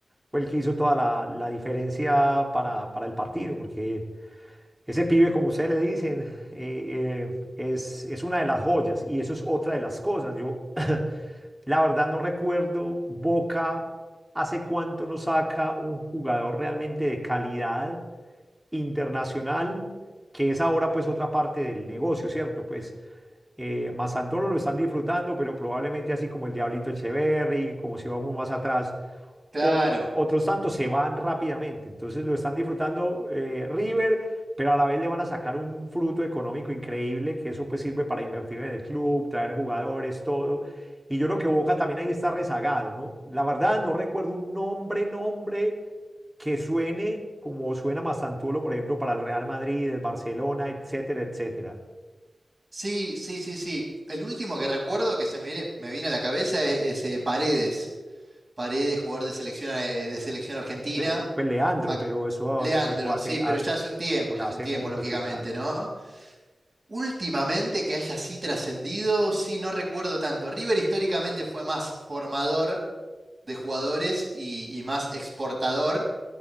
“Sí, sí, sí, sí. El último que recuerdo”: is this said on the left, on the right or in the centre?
Right